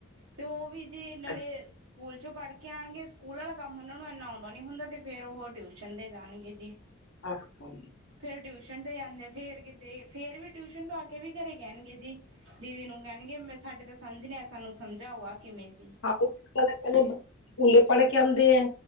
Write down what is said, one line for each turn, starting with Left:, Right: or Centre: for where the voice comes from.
Right: ਤੇ ਉਹ ਵੀ ਜੀ ਨਾਲੇ
Left: ਅੱਛਾ
Right: ਸਕੂਲ ਚੋਂ ਪੜ੍ਹ ਕੇ ਆਉਣਗੇ ਸਕੂਲ ਵਾਲਾ ਕੰਮ ਉਹਨਾਂ ਨੂੰ ਇਨਾ ਆਉਂਦਾ ਨੀ ਹੁੰਦਾ ਤੇ ਫਿਰ ਉਹ ਟਿਊਸ਼ਨ ਤੇ ਜਾਣਗੇ ਜੀ
Left: ਹਾਂ ਹ
Right: ਫੇਰ ਟਿਊਸ਼ਨ ਤੇ ਜਾਂਦੇ ਫੇਰ ਕਿਤੇ ਫੇਰ ਵੀ ਟਿਊਸ਼ਨ ਤੋਂ ਆ ਕੇ ਵੀ ਘਰੇ ਕਹਿਣਗੇ ਜੀ ਦੀਦੀ ਨੂੰ ਕਹਿਣਗੇ ਮੈਂ ਸਾਡੇ ਤਾਂ ਸਮਝ ਨਹੀਂ ਆਯਾ ਸਾਨੂੰ ਸਮਝਾਓ ਆ ਕਿਵੇਂ ਸੀ
Left: ਹ ਪ ਪਹਿਲੇ ਸਕੂਲੇ ਪੜ੍ਹ ਕੇ ਆਉਂਦੇ ਐ